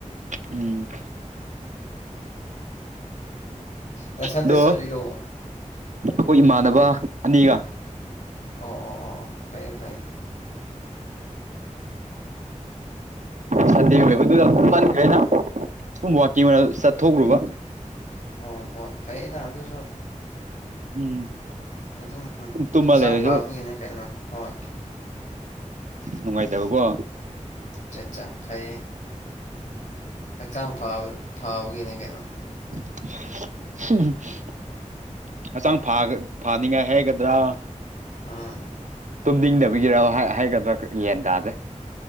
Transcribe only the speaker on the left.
ꯅ ꯊꯟꯗꯦ
ꯆꯜꯂꯤꯔꯣꯣ
ꯑꯣ ꯑꯣ ꯑꯣ ꯑꯣ ꯐꯩꯌꯦ ꯐꯩꯌꯦ
ꯑꯣ ꯍꯣ ꯐꯩꯩꯅ ꯑꯗꯨꯁꯨ
ꯑꯗꯨꯝ
ꯍꯛꯆꯥꯡ
ꯐꯕꯒꯤꯅꯦ ꯀꯩꯅꯣ ꯍꯣꯏ
ꯆꯥꯆꯥ ꯐꯩꯌꯦ ꯍꯛꯆꯥꯡ ꯐꯕ ꯐꯥꯕꯒꯤꯅꯦ ꯀꯩꯅꯣ
ꯑꯝ